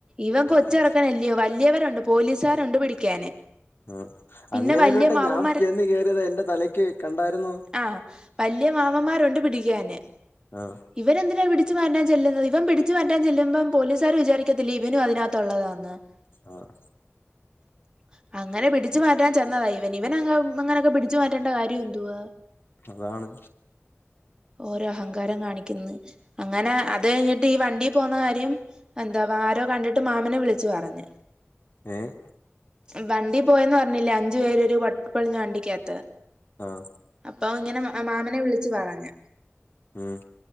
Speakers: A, on the right (about 15°); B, on the left (about 55°).
A: ഇവൻ കൊച്ചിറക്കൻല്ലയോ
B: ആഹ്
A: വല്യവരുണ്ട് പോലീസുകാരുണ്ട് പിടിക്കാന്
B: ഉം
A: പിന്നെ
B: അങ്ങനെരുവട്ടെ
A: വലിയ മാമന്മാര്
B: ഞാൻ ചെന്ന് കയറിയത് എൻന്റെ തലയ്ക്ക് കണ്ടായിരു ന്നും
A: ആഹ് വലിയ മാമന്മാരുണ്ട് പിടിക്കാന്
B: ആഹ്
A: ഇവൻെന്തിനാ പിടിച്ച് മാറ്റാൻ ചെല്ലുന്നത് ഇവൻ പിടിച്ച് മാറ്റാൻ ചെല്ലുമ്പം പോലീസുകാർ വിചാരിക്കത്തില്ല ഇവനും അതിനകത്തുള്ളതാന്ന്
B: ആഹ്
A: <unintelligible> അങ്ങനെ പിടിച്ചു മാറ്റാൻ ചെന്നതാണ് ഇവൻ ഇവൻ അങ്ങനെയൊക്കെ പിടിച്ചു മാറ്റേണ്ട കാര്യം എന്തുവാ
B: അതാണ്
A: ഓരേ <unintelligible> കാണിക്കുന്നു അങ്ങനെ അത് കഴിഞ്ഞിട്ട് ഈ വണ്ടി പോകുന്ന കാര്യം എന്താവാ ആരോ കണ്ടിട്ട് എന്നിട്ട് മാമനെ വിളിച്ചു പറഞ്
B: ഏഹ്
A: വണ്ടി പോയന്ന് പറഞ്ഞില്ല അഞ്ചു പേര് ഒരു വപ്പളിഞ്ഞ വണ്ടിക്കകത്ത്
B: ആഹ്
A: അപ്പൊ ഇങ്ങനെ മാമനെ വിളിച്ചു പറഞ്ഞ്
B: ഉം